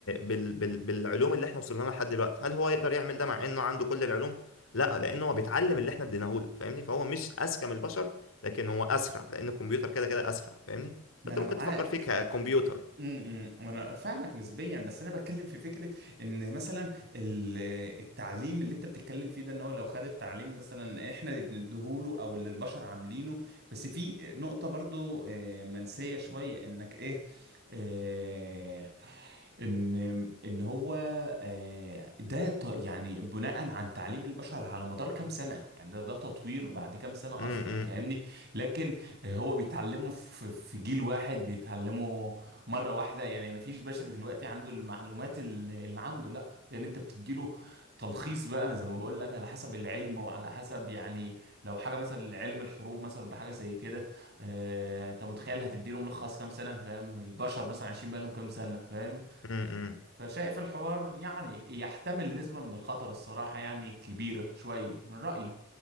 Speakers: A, on the left; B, on the right.
A: بال... بال... بالعلوم اللي احنا وصلنا لها لحد دلوقتي هل هو يقدر يعمل ده مع انه عنده كل العلوم لا لانه هو بيتعلم اللي احنا اديناهوله فاهمني فهو مش اذكى من البشر لكن هو اسرع لان الكمبيوتر كده كده اسرع فاهمني
B: ما
A: فانت
B: انا
A: ممكن
B: معاك
A: تفكر فيه ككمبيوتر
B: امم إمم. وانا فاهمك نسبيا بس انا بتكلم في فكره ان مثلا ال- التعليم اللي انت بتتكلم فيه ده ان هو لو خد التعليم مثلا احنا اللي بنديهوله او اللي البشر عاملينه بس في نقطه برضو آه، منسيه شويه انك ايه آه، ان ان هو آه، ده ط- يعني بناء عن تعليم البشر على مدار كام سنه يعني ده ده تطوير بعد كام سنه
A: امم
B: اصلا
A: امم
B: فاهمني لكن هو بيتعلمه في في جيل واحد بيتعلمه مره واحده يعني مفيش بشر دلوقتي عنده المعلومات ال- اللي عنده لا لان انت بتديله تلخيص بقى زي ما بقول لك على حسب العلم وعلى حسب يعني لو حاجه مثلا علم الحروب مثلا ولا حاجه زي كده آه انت متخيل هتديله ملخص كام سنه فاهم البشر مثلا عايشين بقالهم كام سنه فاهم
A: أمم، أمم.
B: فشايف الحوار يعني يحتمل نسبه من الخطر الصراحه يعني كبيره شويه من رايي